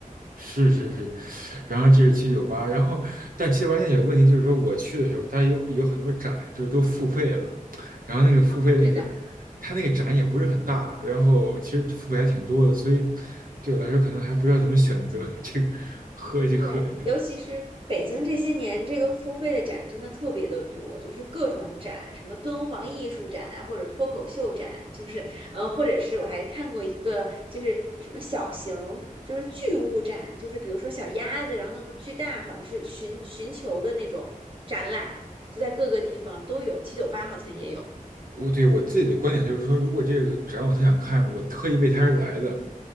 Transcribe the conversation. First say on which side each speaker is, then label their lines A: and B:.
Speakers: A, on the right; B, on the right.
A: 是是是，然后这是七九八，然后但七九八现在有个问题，就是说我去的时候，它有有很多展，就是都付费了，然后那个付费那个，
B: 啊，对的。
A: 它那个展也不是很大，然后其实付费还挺多的，所以对我来说可能还不知道怎么选择 <laughs> 这个喝这和这个
B: 对，尤其是北京这些年，这个付费的展真的特别的多，就是各种展，什么敦煌艺术展啊，或者脱口秀展，就是呃，或者是我还看过一个，就是什么小型，就是巨物展，就是比如说小鸭子，然后弄个巨大，好像是寻寻求的那种展览，就在各个地方都有，七九八好像也有
A: 我对我自己的观点就是说，如果这个展我特想看，我特意为它而来的，